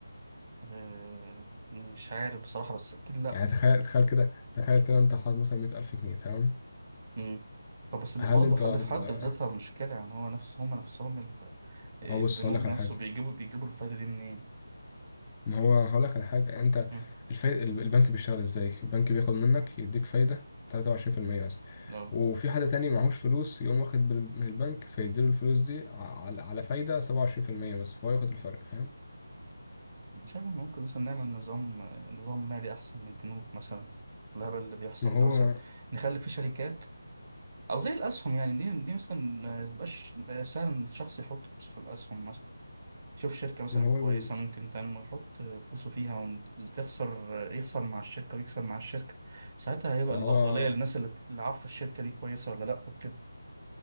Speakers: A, on the right; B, on the left.
A: آه، مش عارف بصراحه بس اكيد لا
B: يعني تخيل تخيل كده تخيل كده انت حاطط مثلا 100000 جنيه تمام
A: مم. طب بس برضه
B: هل انت
A: حد
B: ما
A: في حد بذاتها مشكله يعني هو نفس هم نفسهم ال- البنوك
B: هو بص هقول لك على
A: نفسه
B: حاجه
A: بيجيبوا بيجيبوا الفايده دي منين
B: ما هو هقول لك على حاجه انت
A: مم.
B: الفايد... البنك بيشتغل ازاي البنك بياخد منك يديك فايده 23% بس
A: اه
B: وفي حد تاني معهوش فلوس يقوم واخد بال- من البنك فيديله الفلوس دي على على فايده 27% بس فهو ياخد الفرق فاهم
A: مش عارف ممكن مثلا نعمل نظام نظام مالي أحسن من البنوك مثلا الهبل اللي بيحصل
B: ما
A: ده
B: هو
A: مثلا نخلي فيه شركات أو زي الأسهم يعني دي دي مثلا ما يبقاش سهل إن الشخص يحط فلوس في الأسهم مثلا شوف شركة مثلا
B: ما هو
A: كويسة ممكن تنمو يحط فلوسه فيها وتخسر يخسر مع الشركة ويكسب مع الشركة ساعتها هيبقى
B: ما
A: الأفضلية
B: هو
A: للناس اللي اللي عارفة الشركة دي كويسة ولا لأ وكده